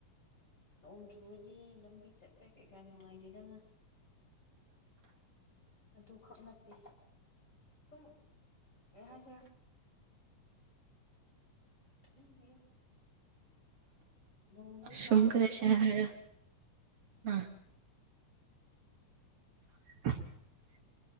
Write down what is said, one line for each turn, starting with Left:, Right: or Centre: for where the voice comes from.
Left: ꯅꯣꯡ ꯆꯨꯔꯗꯤ ꯂꯝꯕꯤ ꯆꯠꯄ ꯀꯩꯀꯥ ꯅꯨꯡꯉꯥꯏꯇꯦꯗꯅ ꯑꯗꯨꯈꯛ ꯅꯠꯇꯦ ꯁꯨꯝ ꯀꯩ ꯍꯥꯏꯁꯤꯔ ꯇꯨꯝꯅꯤꯡꯗꯦꯗꯥ ꯅꯣꯡꯗꯤ
Right: ꯁꯨꯝ
Left: ꯄꯥꯝꯒ꯭ꯔꯦ
Right: ꯀꯩꯁꯦ ꯍꯥꯏꯔ ꯑꯥ <unintelligible>